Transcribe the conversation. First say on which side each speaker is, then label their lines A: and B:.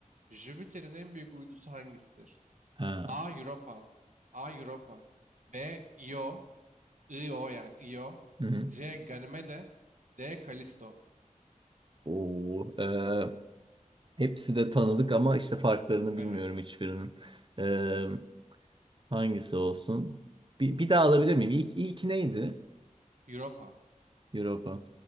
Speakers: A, on the right; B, on the right.
A: Jüpiter'in en büyük uydusu hangisidir?
B: Ha.
A: A. Europa. A. Europa. B. Io. Io yani Io.
B: Hı hı.
A: C. Ganymede. D. Kalisto.
B: Oo, ee, hepsi de tanıdık ama işte farklarını
A: Evet.
B: bilmiyorum hiçbirinin. Ee, hangisi olsun? Bir, bir daha alabilir miyim? İlk, ilk neydi?
A: Europa.
B: Europa.